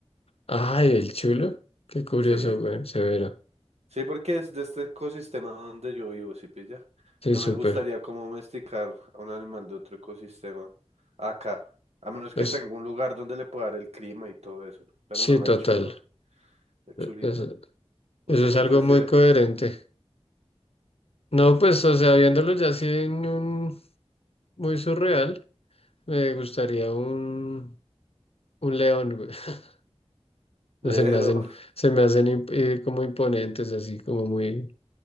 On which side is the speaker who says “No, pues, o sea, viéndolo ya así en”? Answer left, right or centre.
Left